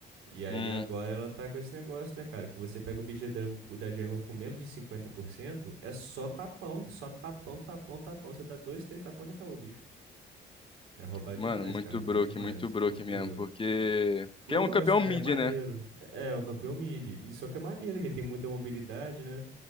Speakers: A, on the right (about 85°); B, on the left (about 25°).
A: E aí
B: hum.
A: agora ela tá com esse negócio, né, cara? Que você pega o bicho da Django, com- da Django com menos de 50% é só tapão, só tapão, tapão, tapão. Você dá dois, três tapão, já acabou o bicho. É roubado
B: Mano,
A: demais,
B: muito
A: cara, roubado
B: broke,
A: demais.
B: muito broke
A: Muito
B: mesmo,
A: broke.
B: porque. Porque
A: E eu
B: é
A: gosto,
B: um campeão
A: né?
B: mid,
A: É maneiro.
B: né?
A: É, é um campeão mid. E só que é maneiro, que ele tem muita mobilidade, né?